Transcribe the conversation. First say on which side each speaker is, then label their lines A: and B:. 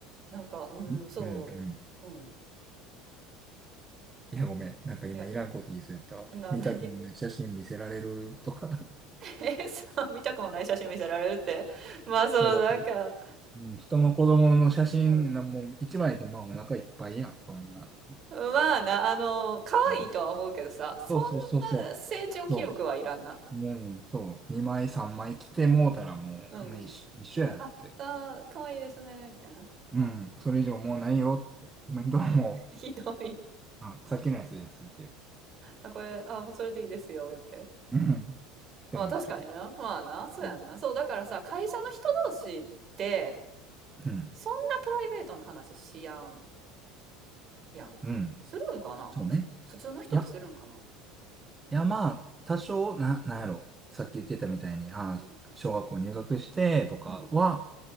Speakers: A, on the right; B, on the right.
A: なんか、うん、
B: みうんうん。
A: そう、うん。
B: いや、ごめん。なんか今いらんこと言いそうやったわ。
A: いや、な、
B: 見たくもない写真見せられるとか。
A: 何 <laughs> え、さ、見たくもない写真見せられるって <laughs> まあそのなんか、
B: <laughs> いやだ。うん人の子供の写真な、
A: うん。
B: もう一枚でまあお腹いっぱいやん、そんなんな。
A: まあな、あの、可愛いとは思うけどさ、
B: うん、
A: そんな成長記録はいらんな。
B: そうそうそうそう。そう。うん、そう。2枚3枚来てもうたらもう、
A: うん。
B: もう一緒、一緒やって。
A: あ、あー、可愛いですね、みたいな。
B: うん、それ以上もうないよって。コメントはも
A: <laughs> ひどい。
B: う、あ、さっきのやつですっていう。
A: あ、これ、あ、もうそれでいいですよ、って。
B: うん、ってなっちゃう。
A: まあ確かにな。まあな、そうやんな。
B: うん。
A: そう、だからさ、会社の人同士って、
B: うん。
A: そんなプライベートの話しやん、やん。
B: うん。
A: するんかなふ、
B: そうね。
A: 普通の人ってするんかな
B: いや、いやまあ、多少、な、なんやろ。さっき言ってたみたいに、ああ、
A: うん。
B: 小学校入学してとかは、
A: うん